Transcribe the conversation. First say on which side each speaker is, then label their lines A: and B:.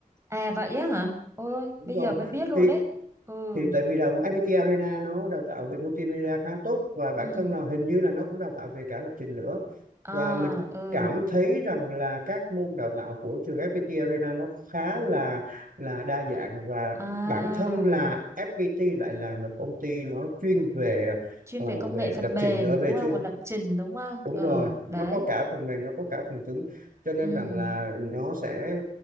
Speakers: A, on the right (about 20°); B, on the right (about 70°).
A: À vậy á hả? Ôi ôi,
B: đúng
A: bây
B: rồi
A: giờ mới biết luôn
B: thì
A: đấy. Ừ.
B: thì tại vì là FPT Arena nó đào tạo về multimedia khá tốt và bản
A: Ừ.
B: thân là hình như là nó cũng đào tạo về cả lập trình nữa
A: À,
B: và mình
A: ừ.
B: cảm thấy rằng là các môn đào tạo của trường FPT Arena nó khá là là đa dạng và
A: À,
B: bản thân là FPT lại là một công ty nó chuyên về
A: chuyên
B: ờ,
A: về công
B: về
A: nghệ phần
B: lập
A: mềm
B: trình ở về
A: đúng không?
B: chưa
A: Và lập trình đúng không?
B: đúng
A: Ừ,
B: rồi
A: đấy.
B: nó có cả phần mềm nó có cả phần cứng cho nên
A: Ừ.
B: rằng là nó sẽ